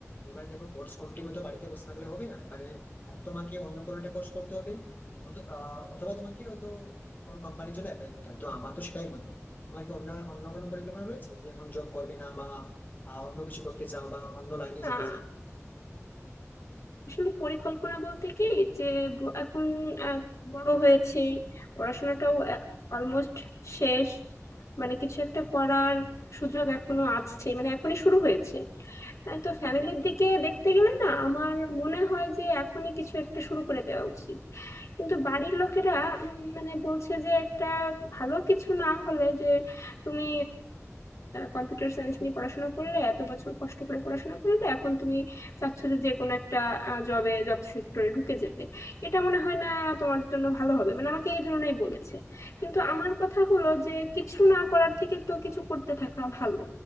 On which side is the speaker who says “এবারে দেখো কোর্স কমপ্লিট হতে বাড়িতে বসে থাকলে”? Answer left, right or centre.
Left